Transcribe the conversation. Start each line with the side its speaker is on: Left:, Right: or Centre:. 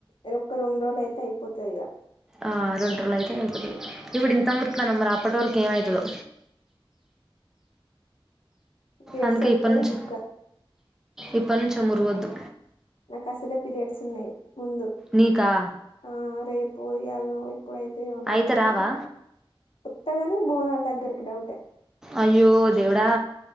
Left: ఇ ఒక్క రెండు రోజులు అయితే అయ్ అయిపోతదిగా
Centre: ఆ రెండు రోజులు అయితే అయిపోతది ఇప్పుడు ఇంత ముచ్తున్నాం మరి అప్పటి వరకు ఏమవ్ తదో
Left: డేట్స్
Centre: అందుకే
Left: వత్తే
Centre: ఇప్పటి నుంచి
Left: బుగ్గ
Centre: ఇప్పటి నుంచే అ మురవద్దు
Left: నా కసలే పిరియడ్స్ ఉన్నాయ్ ముందు
Centre: నీకా
Left: ఆ రేపు పోయి అల్న పోయ్ ఇప్పుడైతే ఏమో భయం
Centre: అయితే
Left: అవుతాంది
Centre: రావా
Left: వత్తగాని బోనాల్ దగ్గరకి డౌటే
Centre: అయ్యో దేవుడా